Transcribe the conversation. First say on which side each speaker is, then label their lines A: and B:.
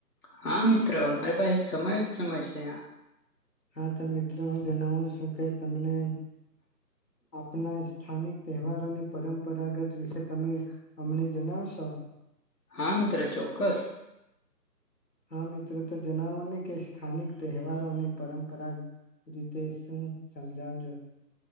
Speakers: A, on the left; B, on the left.
A: હા મિત્રો મારી પાસે સમય જ સમય છે.
B: હા તો મિત્રો હું જણાવું છું કે તમને આપના સ્થાનિક તહેવારોની પરંપરાગત વિશે તમે અમને જણાવશો.
A: હા મિત્ર ચોક્કસ.
B: હા મિત્રો તો જાણવો ને કે સ્થાનિક તહેવારોની પરંપરા રીતે શું સમજાવજો?